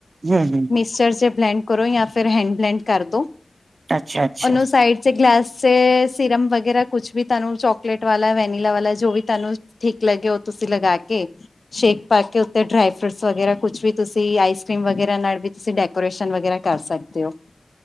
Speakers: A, on the right (about 80°); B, on the left (about 50°).
A: ਹਂ, ਹਂ
B: ਮਿਕਚਰ ਚ ਬਲੈਂਡ ਕਰੋ ਜਾਂ ਫਿਰ ਹੈਂਡ ਬਲੈਂਡ ਕਰ ਦੋ,
A: ਅੱਛਾ-ਅੱਛਾ
B: ਉਹਨੂੰ ਸਾਈਡ ਗਲਾਸ ਚ ਸਿਰਮ ਵਗੈਰਾ ਕੁਛ ਵੀ ਤੁਹਾਨੂੰ ਚੋਕਲੇਟ ਵਾਲਾ ਵੈਨਿ ਵਾਲਾ ਜੋ ਵੀ ਤੁਹਾਨੂੰ ਠੀਕ ਲੱਗੇ ਉਹ ਤੁਸੀਂ ਲਗਾ ਕੇ ਸ਼ੇਕ ਪਾ ਕੇ ਉੱਤੇ ਡਰਾਈ ਫਰੂਟਸ ਵਗੈਰਾ ਕੁਛ ਵੀ ਤੁਸੀਂ ਆਈਸ ਕਰ੍ਰੀਮ ਵਗੈਰਾ ਨਾਲ ਵੀ ਤੁਸੀਂ ਡੇ ਕੋਰੇਸ਼ਨ ਵਗੈਰਾ ਕਰ ਸਕਦੇ ਔ।